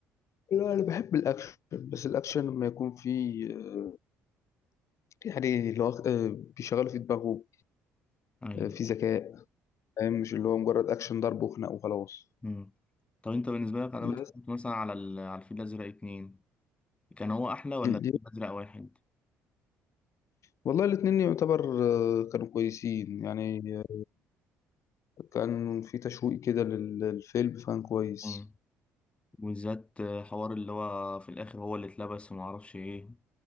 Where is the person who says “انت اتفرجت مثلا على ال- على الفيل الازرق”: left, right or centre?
Left